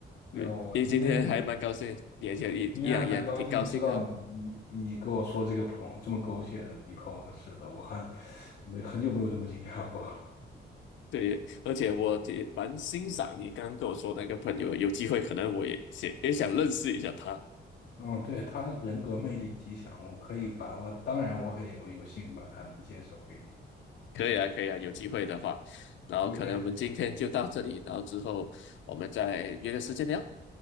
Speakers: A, on the left; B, on the left.
A: 你你今天还蛮高兴，
B: 哎呦，我今天你
A: 也也也一样也挺高兴啊。
B: 今天还蛮高兴，知道你你跟我说这个朋友这么狗血的你朋友的事的，我还没很久没有这么惊讶过。
A: 对，而且我也蛮欣赏你刚刚跟我说那个朋友，有机会可能我也想也想认识一下他。
B: 嗯，对，他人格魅力极强，我可以把我，当然我很有有幸把他能介绍给你。
A: 可以啊，可以啊，有机会的话，然后可能我们今天就到这里，
B: OK，
A: 然后之后我们再约个时间聊。